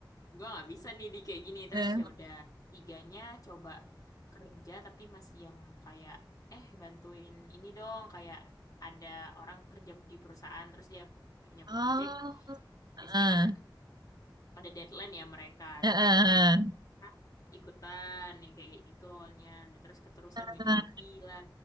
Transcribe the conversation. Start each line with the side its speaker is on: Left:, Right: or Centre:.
Left: gua nggak bisa nih di kayak gini. Terus
Right: eh.
Left: ya udah tiganya coba kerja tapi masih yang kayak eh bantuin ini dong kayak ada orang kerja di perusahaan terus dia punya
Right: Oh,
Left: project biasanya
Right: ah,
Left: kan ada deadline ya mereka
Right: ah,
Left: terus karena dia merah,
Right: ah,
Left: ikutan yang kayak kayak gitu awalnya terus keterusan
Right: ah.
Left: ngejoki lah